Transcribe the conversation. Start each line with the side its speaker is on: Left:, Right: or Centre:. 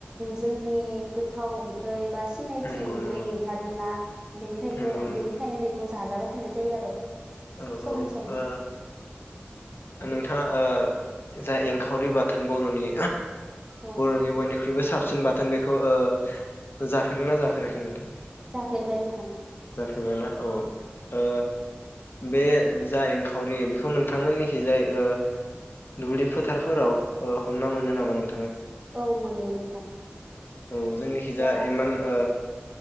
Right: जोंनि गोथाव। ओंख्रै बा सिनायथि
Left: नंगौ
Right: ओंख्रि
Left: नंगौ
Right: मैथाजों ना बेनिफ्राय। बेनिखायनो
Left: नंगौ नंगौ
Right: बेखौ जाजाबाय थानाय जायो आरो।
Left: औ
Right: सम
Left: औ
Right: सम
Left: <inaudible> ओ नोंथाङा ओ। जा एंखावरि बाथोन बरनि
Right: औ
Left: बर'नि बयनिख्रुइबो साब सिन बाथोन बेखौ ओ जाफेरो ना जाफेराखै नोंथां?
Right: जाफेरबाय नोंथां
Left: जफेरबायना औ ओ बे जा एंखावरि बेखौ नोंथांमोननिखि जाय ओ दुब्लि फोथारफोराव ओ हमना मोनो नामा नों
Right: औ मोनो नोंथां।
Left: औ जोंनिखिजा
Right: जा
Left: इमान ओ